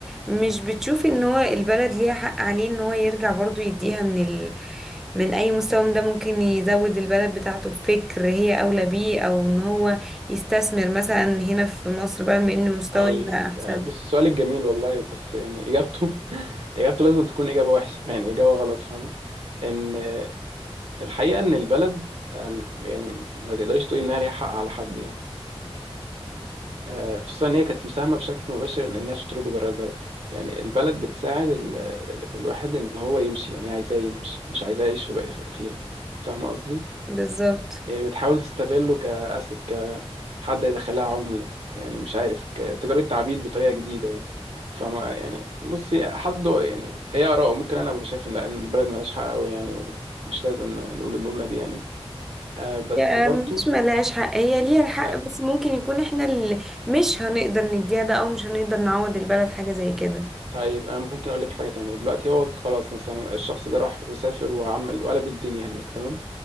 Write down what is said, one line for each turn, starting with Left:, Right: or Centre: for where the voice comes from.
Centre: مش بتشوفي ان هو البلد ليها حق عليه ان هو يرجع برضو يديها من ال... من اي مستوى من ده ممكن يزود البلد بتاعته بفكر هي اولى بيه او ان هو يستثمر مثلا هنا في مصر بقى من ان مستوى
Right: هقول
Centre: يبقى
Right: لك
Centre: احسن
Right: آه، بص سؤالك جميل والله بس يعني اجابته <laughs> اجابته لازم تكون اجابه وحشه يعني اجابه غلط فاهمه ان آه، الحقيقه ان البلد آم، يعني ما تقدريش تقولي انها ليها حق على حد يعني آه، خصوصا ان هي كانت مساهمه بشكل مباشر ان الناس تطرده بره البلد يعني البلد بتساعد ال- ال- الواحد ان هو يمشي يعني هي عايزاه يمشي مش عايزاه يعيش في بق- فيها فاهمه قصدي
Centre: بالظبط
Right: يعني بتحاول تستغله كأسد كحد يدخلها عملة يعني مش عارف كتجارة تعبيد بطريقة جديدة يعني فما يعني بصي حد يعني ايه آراءه ممكن أنا أبقى شايف إن إن البلد ملهاش حق أوي يعني ومش لازم نقول الجملة دي يعني آه بس
Centre: يعني
Right: برضو
Centre: مش ملهاش حق هي ليها الحق
Right: آه
Centre: بس ممكن يكون احنا اللي مش هنقدر نديها ده او مش هنقدر نعوض البلد حاجة زي كده
Right: طيب أنا ممكن أقول لك حاجة تانية دلوقتي هو خلاص مثلا الشخص ده راح وسافر وعمل وقلب الدنيا هناك تمام